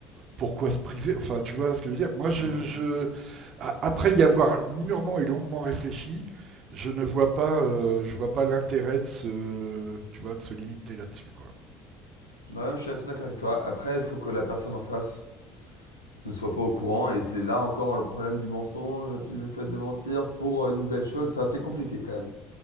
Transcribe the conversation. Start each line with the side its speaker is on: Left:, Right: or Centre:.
Right: pourquoi se priver Enfin, tu vois ce que je veux dire Moi, je,
Left: Mhm.
Right: je- a- après y avoir mûrement et longuement réfléchi, je ne vois pas, euh, je vois pas l'intérêt de se, tu vois, de se limiter là-dessus, quoi.
Left: Bah, je suis assez d'accord avec toi. Après, il faut que la personne en face ne soient pas au courant. Et c'est là encore le problème du mensonge, puis le fait de mentir pour euh, une belle chose, c'est assez compliqué quand même.